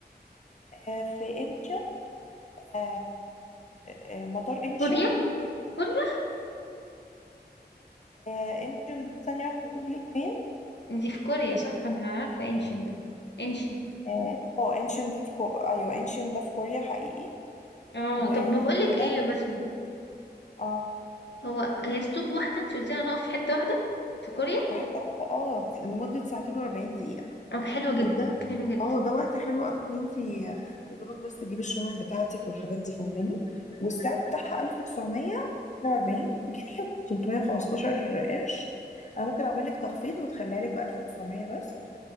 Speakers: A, on the left; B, on the left.
A: آه في انشون آه آه، مطار انشون
B: كوريا كوريا
A: آه انشون ده ثانية واحدة بقول لك فين
B: دي في كوريا صح انا عارفة انشن ده انشن
A: اه آه، انشون ده في كو... ايوه انشون ده في كوريا حقيقي
B: اه
A: و...
B: طب ما بقولك
A: وده
B: ايه يا بسمة
A: اه
B: هو هي ستوب واحدة انت قلتي هنقف في حتة واحدة في كوريا
A: في حتة واحدة اه لمدة ساعتين و40 دقيقة
B: طب حلوة جدا
A: وده
B: حلوة جدا
A: اه ده وقت حلو قوي ان انت يا دوبك بس تجيبي الشنط بتاعتك والحاجات دي فاهماني والسعر بتاعها 1947 جنيه و315 قرش انا ممكن اعمل لك تخفيض ونخليها لك ب 1900 بس